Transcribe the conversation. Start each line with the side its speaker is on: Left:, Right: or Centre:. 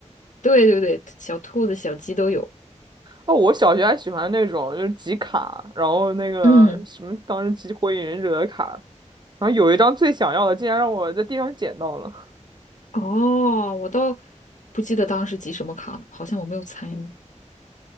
Left: 对对对，小兔子、小鸡都有。
Right: 哦，我小学还喜欢那种就是集卡，然后那个什么当时集火影忍者的卡，
Left: 嗯，
Right: 然后有一张最想要的，竟然让我在地上捡到了。
Left: 哦，我倒不记得当时集什么卡了，好像我没有参与。